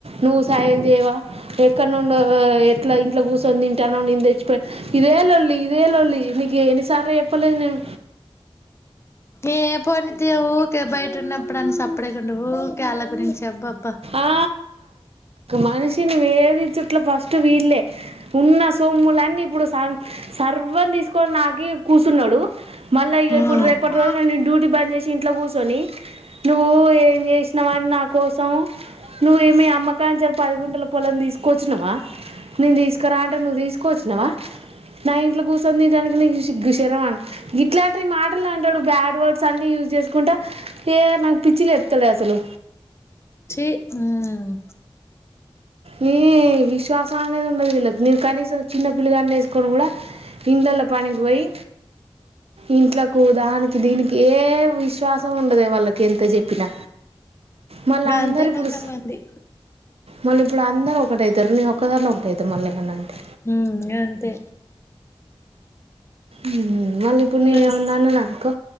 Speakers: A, on the right; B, on the left.
A: నువ్వు సాయం చేయవా? ఎక్క నుండో ఎట్లా ఇంట్లో కూర్చొని తింటాన్నావు నేను తెచ్చిపెడితే ఇదే లొల్లి ఇదే లొల్లి నీకు ఎన్నిసార్లు చెప్పలేదు నేను.
B: ఏ పోనితే యే ఊకే బయట ఉన్నప్పుడు అని సప్పిడిచేయకుండా ఊకే వాళ్ళ గురించి చెప్పకు.
A: ఆ మనిషిని వేధించుటల్లో ఫస్ట్ వీళ్ళే ఉన్న సొమ్ములన్నీ ఇప్పుడు. సా సర్వం తీసుకు పోని నాకి కూర్చున్నాడు, మళ్ళా ఇ
B: ఉమ్
A: ఇప్పుడు రేపటి రోజున డ్యూటీ బంద్ చేసి ఇంట్లో కూర్చొని నువ్వు ఏం చేసి.. నమా నాకు <unintelligible> నువ్వ ఏమి అమ్మకా అని చెప్ పది గుంటల పొలం తీసుకోవచ్చినావా? నేను తీసుకురా అంటే నువ్వు తీసుక్ ఉరికే వచ్చినవా నా ఇంట్లో కూర్చొని తిండానికి నీకు సిగ్గు, శరమా ఇట్లాంటి మాటలు అంటాడు. బ్యాడ్ వర్డ్స్ అన్ని యూజ్ చేసుకుంటా ఏ నాకు పిచ్చిలేపుతాడే అసలు.
B: హే ఉమ్.
A: హ్మ్ విశ్వాసం విశ్వాసం అనేది ఉండదు. వీళ్ళకి నేను కనీసం చిన్న పిల్లగా వేసుకొని కూడా ఇండ్లలో పనికి పోయి ఇంట్లోకు దానికి దీనికి ఏ విశ్వాసం ఉండదు వాళ్ళకి ఎంత చెప్పినా. మళ్ళీ
B: ఇప్పుడు
A: అందరు
B: అంతే
A: ఇప్పుడు
B: కొంతమంది
A: మళ్ళీ ఇప్పుడు అందరు ఒకటి అయితారు నేను ఒకదాని ఒకటి అయిత మల్ల ఎం అయినా అంటే
B: హ అంతే
A: ఉ మళ్ళీ ఇప్పుడు
B: ఎస్
A: ఏమన్నా అన్ననుకో